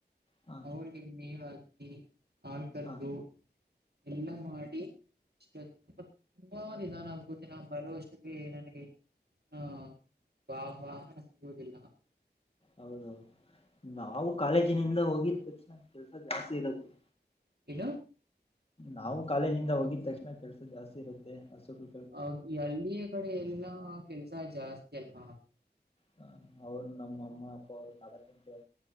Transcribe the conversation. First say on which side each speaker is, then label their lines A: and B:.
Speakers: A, on the left (about 35°); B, on the right (about 65°).
A: ಹಾ
B: ಅವಿಗೆ ಮೇವು ಹಾಕಿ
A: ಹಾ
B: ಟ್ಟು ಎಲ್ಲಾ ಮಾಡಿ ಇಷ್ಟ್ ಹ ನನ್ ಆಗ್ಬತಿನಾ ಬರುವ ಅಷ್ಟಕ್ಕೆ ನನಗೆ ಹಾ ವಾ ವಾಹನ ಸಿಗುವುದಿಲ್ಲ
A: ಹೌದೌದು ನಾವು
B: ಆ
A: ಕಾಲೇಜಿನಿಂದ ಹೋಗಿದ ತಕ್ಷಣ ಕೆಲಸ ಜಾಸ್ತಿ ಇರುತ್ತೆ.
B: ಏನೂ
A: ನಾವು ಕಾಲೇಜಿಂದ ಹೋಗಿದ ತಕ್ಷಣ ಕೆಲಸ ಜಾಸ್ತಿ ಇರುತ್ತೆ ಹಸುಗಳ್
B: ಹೌದು ಈ ಹಳ್ಳಿಯ ಕಡೆ ಎಲ್ಲಾ ಕೆಲಸ ಜಾಸ್ತಿ ಅಲ್ವಾ.
A: ಹ ಅವರು ನಮ್ಮ ಅಮ್ಮ ಅಪ್ಪ ಅವರು ನಾಲ್ತೆಂಟು